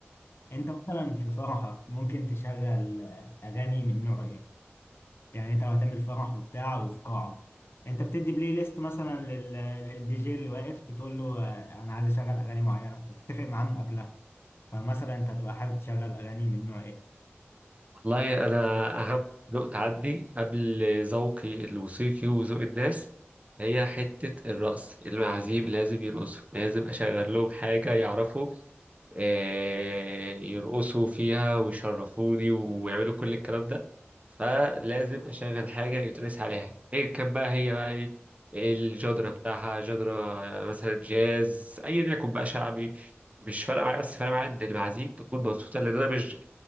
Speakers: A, on the left (about 65°); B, on the right (about 35°).
A: انت مثلا في فرحك ممكن تشغل آه، اغاني من نوع ايه يعني انت لو هتعمل فرح وبتاع وفي قاعة انت بتدي بلاي ليست مثلا لل... للدي جي اللي واقف بتقول له آه، انا عايز اشغل اغاني معينة انت بتتفق معاه من قبلها فمثلا انت هتبقى حابب تشغل اغاني من نوع ايه
B: والله أنا أهم ذوق عندي قبل ذوقي الموسيقي وذوق الناس هي حتة الرقص المعازيم لازم يرقصوا لازم أشغل لهم حاجة يعرفوا آه، يرقصوا فيها ويشرفوني ويعملوا كل الكلام ده فلازم أشغل حاجة يترقص عليها إيه كان بقى هي بقى إيه إيه الجدرة بتاعها جدرة مثلا جاز أيا يكن بقى شعبي مش فارقه معايا بس فارقه معايا ان المعازيم تكون مبسوطه لان انا مش